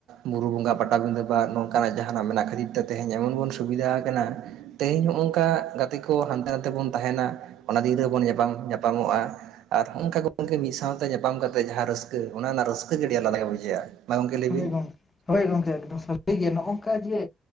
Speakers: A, on the right (about 85°); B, on the left (about 25°).
A: ᱵᱩᱨᱩ ᱵᱚᱸᱜᱟ ᱯᱟᱴᱟᱵᱤᱫᱟᱹ ᱵᱟᱜ ᱱᱚᱝᱠᱟᱱᱟᱜ ᱡᱟᱦᱟᱱᱟᱜ ᱢᱮᱱᱟᱜ ᱠᱷᱟᱹᱛᱤᱨ ᱛᱮ ᱛᱮᱦᱮᱧ ᱮᱢᱚᱱ ᱵᱚᱱ ᱥᱩᱵᱤᱫᱷᱟ ᱟᱠᱟᱱᱟ ᱛᱮᱦᱤᱧ ᱱᱚᱜ ᱱᱚᱝᱠᱟ ᱜᱟᱛᱮ ᱠᱚ ᱦᱟᱱᱛᱮ ᱱᱟᱛᱮ ᱵᱚᱱ ᱛᱟᱦᱮᱱᱟ ᱚᱱᱟ ᱫᱤᱱ ᱨᱮ ᱵᱚᱱ ᱧᱟᱯᱟᱢ ᱧᱟᱯᱟᱢᱚᱜᱼᱟ ᱟᱨ ᱱᱚᱜᱼᱚᱝᱠᱟ ᱜᱚᱝᱠᱮ ᱢᱤᱫ ᱥᱟᱶᱛᱮ ᱧᱟᱯᱟᱢ ᱠᱟᱛᱮᱫ ᱡᱟᱦᱟᱸ ᱨᱟᱹᱥᱠᱟᱹ ᱚᱱᱮ ᱚᱱᱟ ᱨᱟᱹᱥᱠᱟᱹ ᱜᱮ ᱟᱹᱰᱤ ᱟᱞᱟᱫᱟ ᱜᱮ ᱵᱩᱡᱷᱟᱹᱜᱼᱟ ᱢᱟ ᱜᱚᱝᱠᱮ ᱞᱟᱹᱭ ᱵᱤᱱ
B: ᱦᱳᱭ ᱜᱚᱢᱠᱮ ᱦᱳᱭ ᱜᱚᱢᱠᱮ ᱮᱠᱫᱚᱢ ᱥᱟᱹᱨᱤ ᱜᱮᱭ ᱱᱚᱜᱼ ᱱᱚᱝᱠᱟ ᱡᱮ